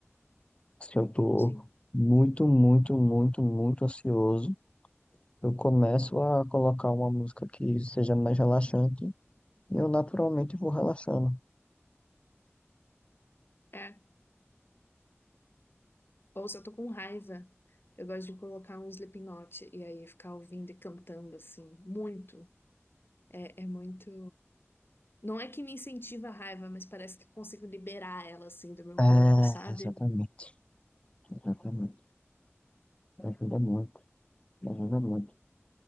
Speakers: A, on the left (about 25°); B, on the left (about 50°).
A: se eu tô
B: Sim.
A: muito, muito, muito, muito ansioso, eu começo a colocar uma música que seja mais relaxante e eu naturalmente vou relaxando.
B: É. Ou se eu tô com raiva, eu gosto de colocar um Slipknot e aí ficar ouvindo e cantando, assim, muito. É, é muito. Não é que me incentiva a raiva, mas parece que eu consigo liberar ela, assim, do meu
A: É,
B: corpo, sabe?
A: exatamente, exatamente. Ajuda muito, ajuda muito.